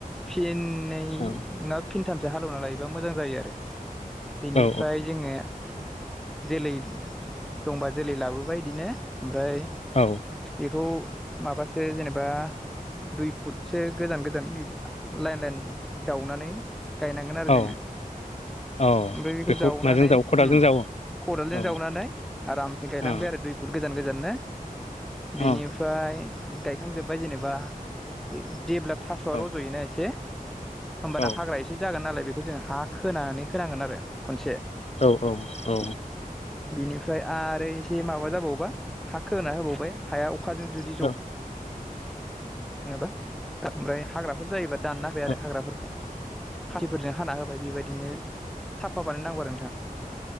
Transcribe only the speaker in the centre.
फिननै
नोंङा फिनथामसो हालेवना लायोबा मोजां जायो आरो। बेनिफ्राय
जोङो जेलै दंबा जेलै लाबोबाय इदिनो ओमफ्राय
इखौ माबासो जेनेबा दुइ फुटसो गोजान गोजान नैदा लाइन लाइन जावनानै गायनांगोन आरो
जोङो।
ओमफ्राय बेखौ जावनानै
उम
खदालदो
जावनानै आ रामसे गायलांबाय
आरो दुइ फुट गोजान गोजाननो
बिनिफ फ्राय गायखांजोब्बाय जेनेबा इ जेब्ला थास'आ
रज'योना एसे होमबाना
हाग्रा ए <unintelligible> से जागोन नालाय बेखौ जों हा खोनानै होनांगोन आरो खनसे।
बिनिफ्राय आरो एसे माबा जाबावोबा हा खोना होबावबाय हाया अखाजों जुदि
ज' नोङाबा ओमफ्राय हाग्राफोर जायोबा दानना होबाय
आरो हाग्राफोरखौ खाथिफोरजों हाना हो <unintelligible> बेबायदिनो साफा बानायनांगौ आरो नोंथां